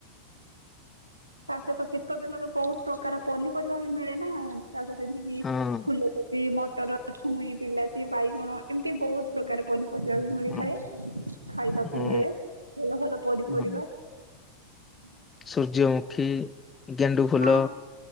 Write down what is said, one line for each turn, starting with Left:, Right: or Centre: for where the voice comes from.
Right: ତା ସହିତ ଶୀତ ଦିନରେ ବହୁତ ପ୍ରକାର ପନିପରିବା ବି ମିଳେ ନା ତା ସହିତ ଏମିତି କି
Left: ହଁ
Right: ଫୁଲକୋବି ମ ଟର ଛୁଇଁ ବିଲାତି ବାଇଗଣ ଏମିତି ବହୁତ ପ୍ରକାର ପନି ପରିବା ବି ମିଳିଥାଏ
Left: ହଁ
Right: ଖାଇବାକୁ
Left: ହଁ
Right: ମିଳେ ଭଲ ଭଲ ପନିପରିବା।
Left: ହଁ
Right: ହୁଁ
Left: ସୂର୍ଯ୍ୟମୁଖୀ ଗେଣ୍ଡୁ ଫୁଲ
Right: ହଁ